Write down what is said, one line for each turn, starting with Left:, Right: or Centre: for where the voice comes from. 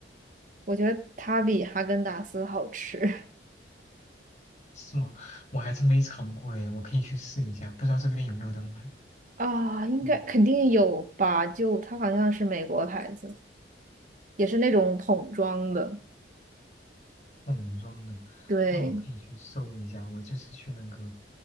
Right: 我觉得它比哈根达斯好吃
Left: 是吗？我还真没尝过诶，我可以去试一下，不知道这边有没有人买。
Right: <laughs> 啊，应该肯定有吧？
Left: 嗯
Right: 就它好像是美国牌子，也是那种桶装的。
Left: 桶装的，
Right: 对，
Left: 那我可以去搜一下，我就是去那个